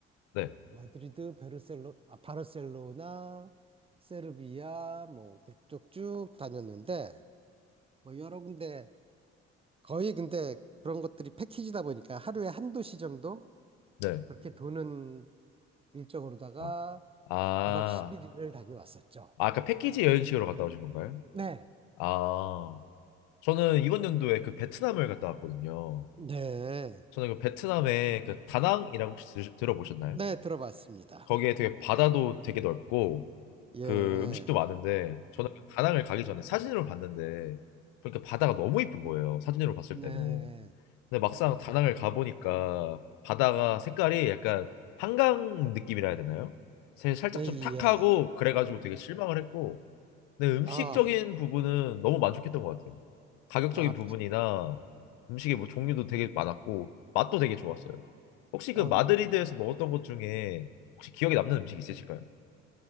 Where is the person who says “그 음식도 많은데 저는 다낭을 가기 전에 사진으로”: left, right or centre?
Left